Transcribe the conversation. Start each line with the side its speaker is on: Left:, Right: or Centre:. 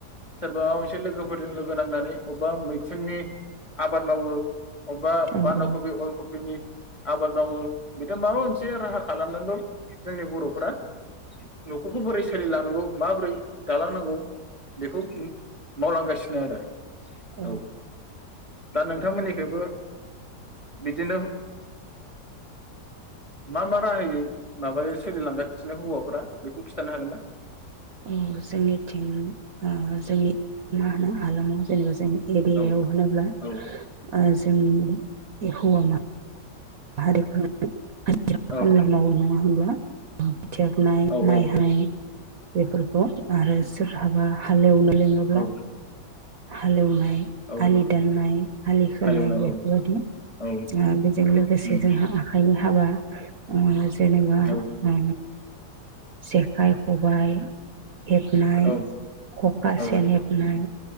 Left: सोरबा माबा मोनसे लोगोफोरजों लोग गो नांनानै अबेबा मैखुननि आबाद मावो अबेबा
Right: औ
Left: बान्दा
Right: औ
Left: कपि, अल कपिनि आबाद मावो बेदिनो माबा मोनसे राहा खालामनानैबाबो जोंनि बरफोरा नखरखौ बोरै सोलिलांनांगौ माब्रै दालांनांगौ बेखौ उम मावलांगासि नो आरो
Right: ओ
Left: औ दा नोंथांमोननिखैबो बिदिनो मा मा राहायै माबायो सोलिलांगासिनो हौवाफोरा बेखौ खिन्थानो हागोन ना?
Right: अ जोंनिथिं ओ जोंनि मा होनो हालामाव जेनेबा जों एरियायाव
Left: औ
Right: होनोब्ला ओ
Left: औ
Right: जो जों ए हौवा मा हारिफोरा हाजिरा
Left: औ
Right: खामला मावो नङा होमब्ला थिया फुनाय
Left: औ
Right: माइ हानाय बेफोरखौ आरो सोरहाबा हालेवनो लिङोब्ला
Left: औ
Right: हालेवनाय
Left: औ
Right: आलि दाननाय, आलि खोनाय
Left: हालेवनाय
Right: बेफोरबायदि
Left: औ औ
Right: ओ बेजों लोगोस
Left: उम
Right: जोंहा आखाइनि हाबा ओ जेनेबा
Left: औ
Right: ओ जेखाइ, खबाय हेबनाय
Left: औ
Right: खखा,
Left: औ
Right: सेन हेबनाय